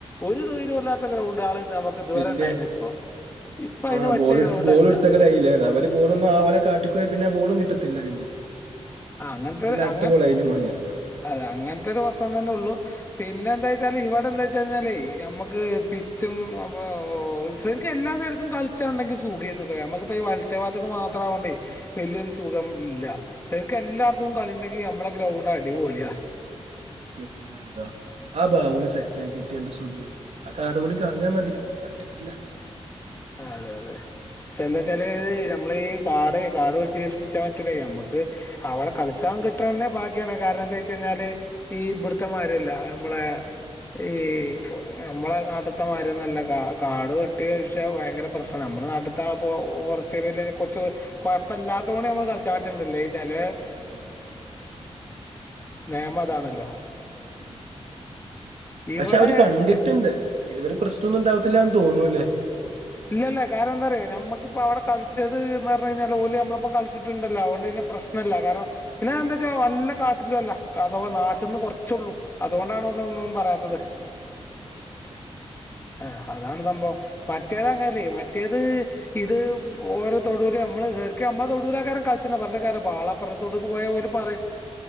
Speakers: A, on the left; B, on the right.
A: ഒരു ദൂര്മല്ലാത്ത ഗ്രൗണ്ട് ആൾ നമുക്ക് ദൂരം
B: പിന്നെ
A: ഉണ്ടായിരുന്നു ഇപ്പൊ ഇപ്പൊ അതിന്
B: ആ
A: പറ്റിയ
B: ബോൾ എടുത്ത്
A: ഗ്രൗണ്ട്ല്ല
B: ബോൾ എടുത്തൊക്കെ ലൈലേറെ അവര് ബോളൊന്നും ആവിെ കാട്ടിക്കുവയ പിന്നെ ആ ബോളും കിട്ടത്തില്ല പിന്നെ
A: ആ അങ്ങനത്തെരു
B: പിന്നെ അടുത്ത
A: അങ്ങ
B: ബോൾ അതിനും വാങ്ങി ഇറക്കണം
A: അതെ അങ്ങനത്തെ ഒരു വർഷം തന്നെ ഉള്ളൂ പിന്നെ പിന്നെ എന്താ വച്ചാല് ഇവിടെ എന്താ വച്ച് കഴിഞ്ഞാലേ നമ്മുക്ക് പിച്ചും അപ്പൊ ശരിക്കും എല്ലാ സൈടുക്കും കളിച്ചുണ്ടെങ്കി സുഖംന്നട്ടോ നമക്കിപ്പ ഈ വലത്തേ ഭാഗത്തേക്ക് മാത്രാവാണ്ടേ വല്യൊരു സുഖം ഇല്ല ശരിക്ക എല്ലാർത്തും കളിണ്ടെങ്കി നമ്മളെ ഗ്രൗണ്ട് അടിപൊളിയാ
B: പിന്നെ എന്താ ആ ബാവുളി സെറ്റായി കിട്ടിയാ എന്ത് സുഖാരുന്നു ആ കാട്പുണി കളഞ്ഞാ മതി പറ്റത്തില്ല
A: ആഹ് അതെ അതെ പക്ഷെ എന്താ വെച്ചാല് നമ്മള് ഈ കാടെ കാടു വെട്ടി നശിപ്പിച്ചാ പറ്റൂല നമ്മക്ക് അവിടെ കളിച്ചാൻ കിട്ടണ തന്നെ ഭാഗ്യാണ് കാരണം എന്താ വെച്ച് കഴിഞ്ഞാല് ഈ ബിടുത്തെമാതിരിയല്ല നമ്മളെ ഈ ഫൊ നമ്മളെ നാട്ട്ത്തെമായിരിന്നൊല്ല കാ കാടു വെട്ടി നശി പ്പിച്ചാ പക്ഷെ ഭയങ്കര പ്രശ്നാണ് നമ്മടെ നാട്ട്ത്തെ പൊ ഫോറസ്റ്റ് ഏരിയേല് തന്നെ കൊറച്ച് കൊയപ്പല്ലാത്തകൊണ്ട് ഞമ്മക്ക് കളിച്ചാൻ പറ്റുന്നില്ലേ ഈ ചെല
B: ഉം
A: നിയമം അതാണല്ലോ
B: സത്യം ഉം പക്ഷെ
A: ഇവടെ
B: അവര് കണ്ടിട്ട്ണ്ട് ഇതുവരെ പ്രശ്നൊന്നും ഉണ്ടാവത്തില്ലാന്ന് തോന്നുന്നു ല്ലേ
A: ഇല്ലല്ല കാരണം എന്താറിയോ നമ്മക്കിപ്പ അവിടെ കളിച്ചത് ന്ന് പറഞ്ഞ് കഴിഞ്ഞാല് ഓല് നമ്മളൊപ്പം കളിച്ചിട്ടുണ്ടല്ലോ അതൊണ്ട് പ്രശ്നല്ല കാരണം പിന്നെ എന്താ വെച്ചാ വല്ല കാട്ടിലുവല്ല അഥവാ നാട്ടിന്ന് കുറച്ചുള്ളൂ അതുകൊണ്ടാണൊന്നൊന്നും പറയാത്തത്
B: മുഖ്യ
A: ആഹ് അതാണ് സംഭവം മറ്റേത് അങ്ങല്ലേ മറ്റേത് ഇത് ഓരോ തൊടൂര് നമ്മള് ശരിക്കും നമ്മളെ തൊടൂല ആൾക്കാര് കളിച്ചുന്ന പറഞ്ഞ കാരം ബാളപ്പുറത്തെ തൊടുക്ക് പോയാൽ ഓര് പറയും